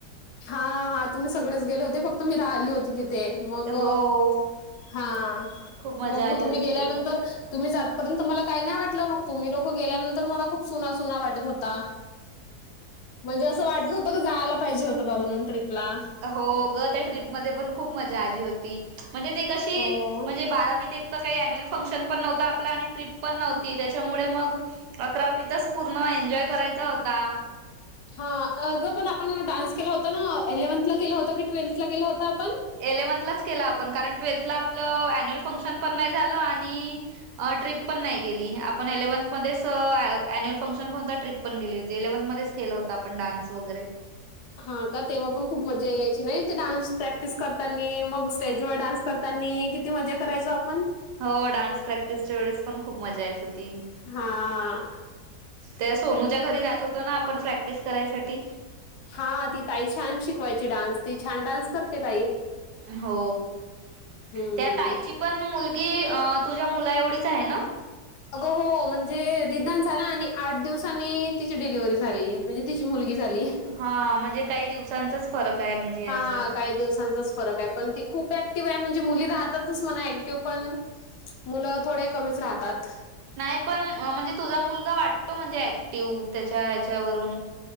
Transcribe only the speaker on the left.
हा हा तुम्ही सगळेच गेले होते फक्त मी राहिली होती तिथे. मग
हा
मग
तुम्ही
गेल्यानंतर
तुम्ही जातपर्यंत मला काही नाही वाटलं मग तुम्ही लोक गेल्यानंतर मला खूप सुनासुना वाटत होता. म्हणजे असं वाटत होत जायला पाहिजे होतं बाऊ म्हणून ट्रीपला.
हो.
हा अ गं पण आपण डान्स केला होता ना एलेव्हनथला गेला होता की ट्वेल्थ ला गेला होता आपण?
हा का तेव्हा पण खूप मजा यायची नाही ते डान्स प्रॅक्टिस करतानी मग स्टेज वर डान्स करतानी किती मजा करायचो आपण?
हा.
हा ती ताई छान शिकवायची डान्स ती छान डान्स करते ताई.
हम्म.
अगं हो म्हणजे दीदान झाला आणि आठ दिवसांनी तिची डिलिव्हरी झाली म्हणजे तिची मुलगी झाली.
हा काही दिवसांचाच फरक आहे. पण ती खूप ऍक्टिव्ह आहे म्हणजे मुली राहतातच म्हणा ऍक्टिव्ह पण मुलं थोडे कमीच राहतात.